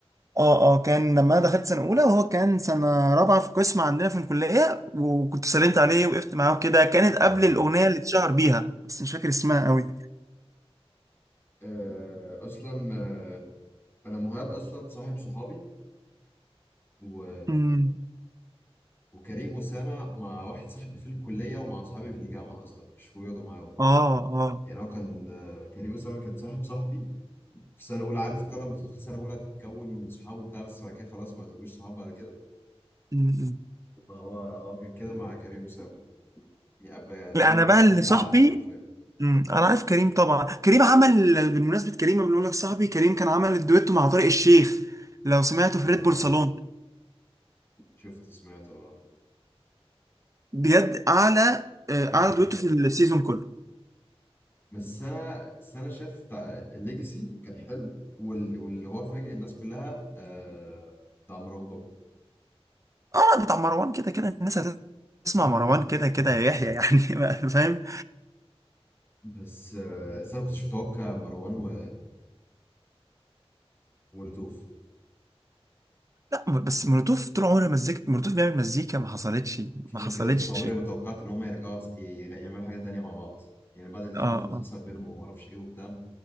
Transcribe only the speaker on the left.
اه
آه، اصلا آه، انا مهاب اصلا صاحب صحابي و...
وكريم اسامه مع واحد صاحبي في الكليه ومع اصحابي في الجامعه اصلا مش بيقعدوا معايا وبتاع
يعني هو كان آه، كريم اسامه كان صاحب صاحبي في سنه اولى عارف انت لما تدخل سنه اولى تكون صحابه بتاع بس بعد كده خلاص ما تبقوش صحاب بعد كده
فهو هو هو كان كده مع كريم اسامه يعني أب- يعني
اللي هو
ما كانش
حد
عارفه حرفيا
اه
شفت سمعته اه
<laughs>
بس انا بس انا شفت الليجاسي كان حلو وال- واللي هو فاجئ الناس كلها آه، بتاع مروان بابلو
بس آه، بس انا ما كنتش متوقع مروان و... ومولوتوف
كده
كده بس عمري
ما توقعت ان هم يرجعوا س- ي- يعملوا حاجه تانية مع بعض يعني بعد الخناقات
اللي حصلت بينهم وما اعرفش ايه وبتاع